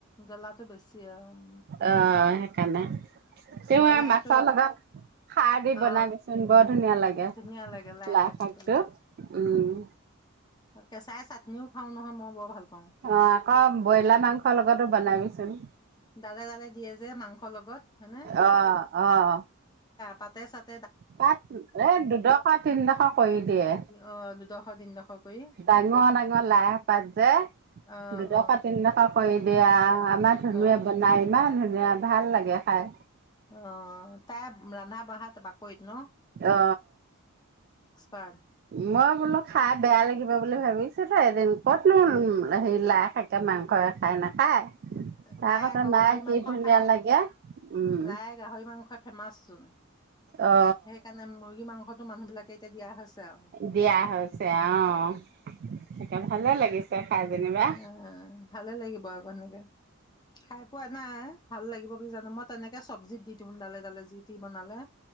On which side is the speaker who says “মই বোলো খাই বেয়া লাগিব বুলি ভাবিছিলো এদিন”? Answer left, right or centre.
Right